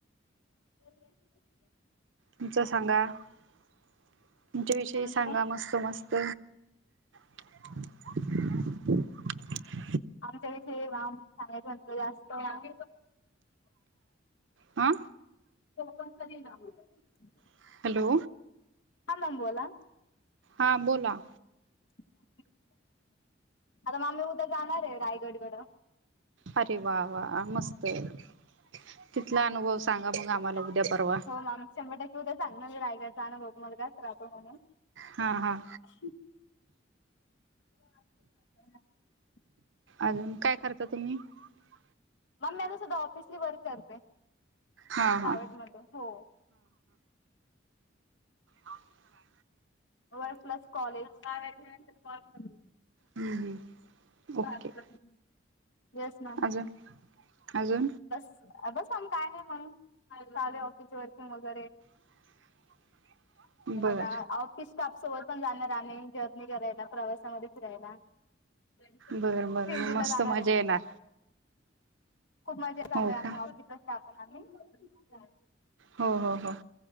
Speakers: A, on the left; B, on the right.
A: <unintelligible>
B: तुमच, सांगा? <inaudible> तुमच्या विषयी
A: आमचं
B: सांगा,
A: पण
B: मस्त-मस्त. <inaudible> <inaudible>
A: आमच्या विषयी वाम. -चांगल्या- <unintelligible>
B: हा
A: तो -पण, - कधी -जा -म्हणत नाही. <unintelligible>
B: <inaudible> हॅलो..
A: हा मॅम, बोला.
B: हा, बोला.
A: <unintelligible> आता मॅम, मी उद्या जाणार आहे, रायगड कडं.
B: अरे वा! वा! मस्त आहे. <inaudible> तिथला अनुभव सांगा मग
A: <inaudible>
B: आम्हाला उद्या परवा
A: हो मॅम, शंभर टक्के उद्या सांगणार, मी रायगड चा अनुभव तुम्हाला, कारण खराब आहे, म्हणून.
B: हा
A: <inaudible>
B: हा
A: <unintelligible>
B: अजून काय करता तुम्ही? <inaudible>
A: मग मी आता सध्या -ऑफिसली वर्क करते
B: हा
A: प्रायव्हेटमध्ये
B: हा
A: हो.
B: अं <unintelligible>
A: वर प्लस कॉलेजचा <unintelligible> नंतर कॉल करू.
B: हम्म <inaudible>
A: <unintelligible>
B: ओके
A: येस मॅम.
B: अजून अजून
A: बस अग सांग काय नाही म्हणून <unintelligible> ऑफिस वर्किंग वगैरे.
B: <unintelligible>
A: अग
B: बरं
A: काय- आऊटपीस टाक सोबत पण जाणार आम्ही, जर्नी करायला, प्रवासामध्ये फिरायला. <inaudible> <inaudible>
B: बरं बरं
A: शिर्डीला
B: मग मस्त
A: जाणार
B: मजा
A: आहे.
B: येणार
A: खूप मजा चालू
B: हो
A: आहे, आम्ही
B: का
A: ऑफिसच स्टाफ आणि चल <inaudible>
B: हो- हो- हो